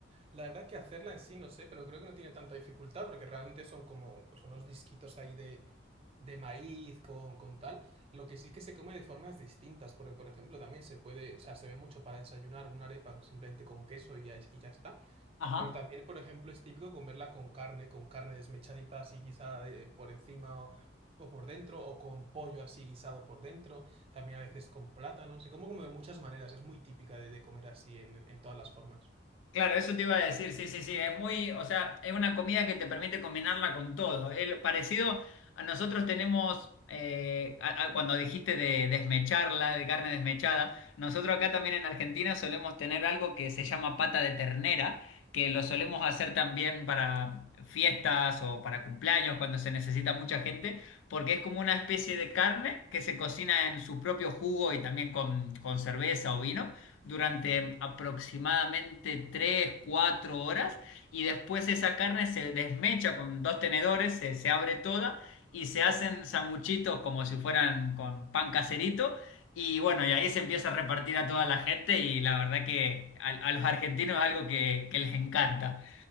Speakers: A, on the right; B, on the left.
A: La verdad que hacerla en sí no sé, pero creo que no tiene tanta dificultad porque realmente son como pues, unos disquitos ahí de, de maíz con, con tal. Lo que sí que se come de formas distintas, porque por ejemplo también se puede, o sea, se ve mucho para desayunar una arepa simplemente con queso y ya, y ya está.
B: Ajá.
A: Pero también, por ejemplo, es típico comerla con carne, con carne desmechadita así guisada de- eh, por encima o, o por dentro, o con pollo así guisado por dentro, también a veces con plátano. Se come como de muchas maneras, es muy típica de, de comer así en, en todas las formas.
B: Claro, eso te iba a decir, sí, sí, sí, es muy, o sea, es una comida que te permite combinarla con todo. El, parecido a nosotros tenemos, eh, a- a- cuando dijiste de desmecharla, de carne desmechada, nosotros acá también en Argentina solemos tener algo que se llama pata de ternera, que lo solemos hacer también para fiestas o para cumpleaños cuando se necesita mucha gente, porque es como una especie de carne que se cocina en su propio jugo y también con, con cerveza o vino durante aproximadamente 3 4 horas y después esa carne se desmecha con dos tenedores, se, se abre toda y se hacen sanguchitos como si fueran con pan caserito y bueno, y ahí se empieza a repartir a toda la gente y la verdad que a, a los argentinos es algo que, que les encanta.